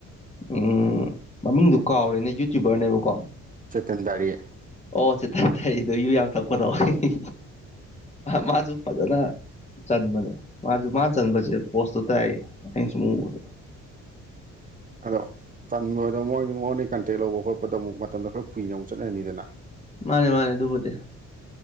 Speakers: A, on the left; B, on the right.
A: ꯎꯝ ꯃꯃꯤꯡꯗꯨ ꯀꯥꯎꯔꯦꯅꯦ ꯌꯨꯇ꯭ꯌꯨꯕꯔꯅꯦꯕꯀꯣ
B: ꯆꯦꯇꯟꯗꯥꯔꯤ
A: ꯑꯣ ꯆꯤꯊꯊꯗꯁꯨ ꯌꯥꯝ ꯊꯛꯄꯗꯣ ꯑꯩ ꯃꯥꯁꯨ ꯐꯖꯅ ꯆꯟꯕꯅꯦ ꯃꯥꯁꯨ ꯃꯥꯅ ꯆꯟꯕꯁꯦ ꯄꯣꯁꯇꯣ ꯇꯥꯏ ꯑꯁꯨ ꯃꯗ
B: ꯑꯗꯣ ꯇꯟꯕꯗꯣ ꯃꯣꯏ ꯃꯣꯟꯗꯒꯤ ꯀꯟꯇꯦꯛ ꯂꯧꯕ ꯈꯣꯠꯄꯗꯣ ꯑꯃꯨꯛ ꯃꯇꯝꯗꯣ ꯈꯔ ꯀꯨꯏꯅ ꯑꯃꯨꯛ ꯆꯠꯅꯅꯤꯗꯅ
A: ꯃꯥꯅꯦ ꯃꯥꯅꯦ ꯑꯗꯨꯕꯨꯗꯤ